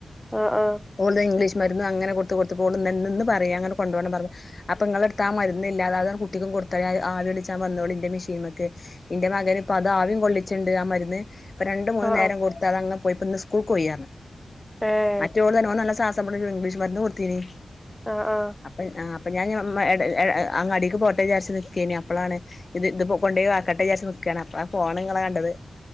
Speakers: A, in the centre; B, on the left.
A: ആഹ് ആഹ്
B: ഓള്ത് ഇംഗ്ലീഷ് മര്ന്ന് അങ്ങനെ കൊട്ത്ത് കൊട്ത്ത്പോള്ന്ന്പറയ അങ്ങട്ട് കൊണ്ടോണം പറഞ്ഞ്.. അപ്പങ്ങളെടുത്ത ആ മര്ന്നില്ലേ അത് കുട്ടിക്കും കൊട്ത്താളി ആവികൊള്ളിചാൻ വന്നോളിന്റെ മിഷീൻമക്.. ഇന്റെ മകന് ഇപ്പൊ അത് ആവിം കൊള്ളിച്ണ്ട് ആ മര്ന്ന് ഇപ്പ രണ്ടു മൂന്ന്
A: ആഹ്
B: നേരം
A: ആഹ്
B: കൊടു.. അത് അങ്ങ് പോയി ഇന്ന് സ്കൂൾക് പോയി പറഞ്ഞ്
A: ഏഹ്
B: മറ്റോള് പറഞ്ഞ് ഓൻ നല്ല സാസംമുട്ടൽ അല്ലേ ഇംഗ്ളീഷ് മര്ന്ന് കൊട്ത്തീന്..
A: അ ആഹ്
B: അപ്പം ആ അപ്പ ഞാൻ ഇഞ്ഞ് എടെ എ എ ആ കടേക്ക് പോട്ടെ എന്ന് വിചാരിച്ച് നിക്കേനി അപ്പളാണ്.. ഇത് ഇത് കൊണ്ടോയി ആക്കട്ടെ വിചാരിച് നിക്കാണ് അ ആ ഫോൺ നിങ്ങള കണ്ടത്